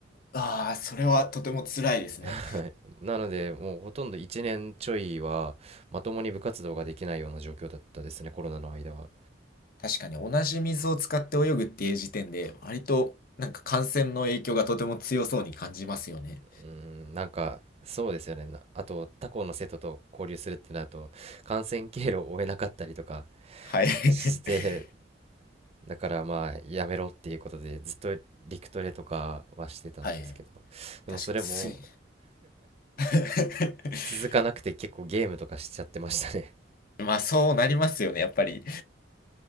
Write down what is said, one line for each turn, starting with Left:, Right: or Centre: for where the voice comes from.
Left: ああ、それはとても辛いですね。
Right: <laughs> はいなのでもうほとんど1年ちょいはまともに部活動ができないような状況だったですねコロナの間は
Left: 確かに同じ水を使って泳ぐっていう時点で、割となんか感染の影響がとても強そうに感じますよね。
Right: うんなんかそうですよねなあと他校の生徒と交流するってなると感染経路を追えなかったりとか
Left: はい。<laughs>
Right: してだからまあやめろっていうことでずっと陸トレとかはしてたんですけど
Left: はい。
Right: でもそれも
Left: 確かに水。<laughs>
Right: 続かなくて結構ゲームとかしちゃってましたね
Left: まあそうなりますよね、やっぱり。